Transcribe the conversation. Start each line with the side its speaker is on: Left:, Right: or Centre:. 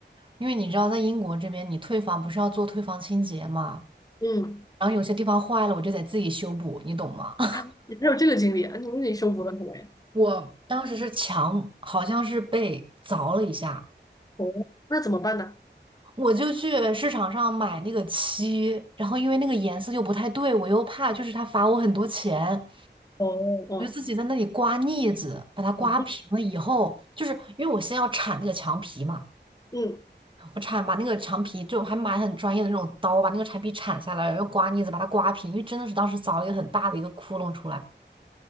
Right: 因为你知道，在英国这边，你退房不是要做退房清洁嘛，
Left: 嗯，
Right: 然后有些地方坏了，我就得自己修补，你懂吗？<laughs>
Left: 啊，你还有这个经历啊？你你修补了什么呀？
Right: 我当时是墙，好像是被凿了一下，
Left: 哦，那怎么办呢？
Right: 我就去市场上买那个漆，然后因为那个颜色又不太对，我又怕就是他罚我很多钱，
Left: 哦，哦，
Right: 我就自己在那里刮腻子，把它刮平了以后，
Left: 嗯
Right: 就是因为我先要铲那个墙皮嘛，
Left: <laughs>
Right: 我铲把那个墙皮就还买很专业的那种刀，把那个墙皮铲下来，然后刮腻子把它刮平，因为真的是当时凿了一个很大的一个窟窿出来。